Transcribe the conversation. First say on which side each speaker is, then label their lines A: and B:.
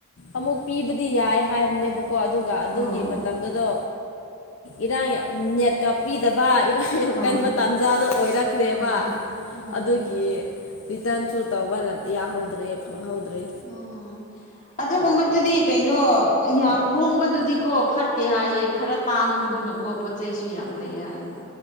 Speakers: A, on the left; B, on the left.
A: ꯑꯃꯨꯛ ꯄꯤꯕꯗꯤ ꯌꯥꯏ ꯍꯥꯏꯕꯅꯦꯕꯀꯣ ꯑꯗꯨꯒ ꯑꯗꯨꯒꯤ
B: ꯑꯥ
A: ꯃꯇꯝꯗꯨꯗꯣ ꯏꯔꯥꯡ ꯌꯥꯀꯥ ꯄꯤꯗꯕ ꯏꯔꯥꯡ ꯌꯥꯝ
B: ꯑꯥ
A: ꯀꯟꯕ ꯇꯥꯟꯖꯥꯗꯣ ꯑꯣꯏꯔꯛꯈ꯭ꯔꯦꯕ
B: ꯎꯝ ꯎꯝ
A: ꯑꯗꯨꯒꯤ ꯔꯤꯇꯔꯟꯁꯨ ꯇꯧꯕꯅ ꯌꯥꯍꯧꯗ꯭ꯔꯦ ꯐꯪꯍꯧꯗ꯭ꯔꯦ
B: ꯎꯝ ꯑꯗꯨꯒꯨꯝꯕꯗꯨꯗꯤ ꯀꯩꯅꯣ ꯌꯥꯝ ꯍꯣꯡꯕꯗꯨꯗꯤꯀꯣ ꯐꯠꯇꯦ ꯍꯥꯏꯌꯦ ꯈꯔ ꯇꯥꯡꯕꯗꯨꯅꯀꯣ ꯄꯣꯠ ꯆꯩꯁꯨ ꯌꯥꯝ ꯐꯩꯌꯦ ꯍꯥꯏꯌꯦꯕ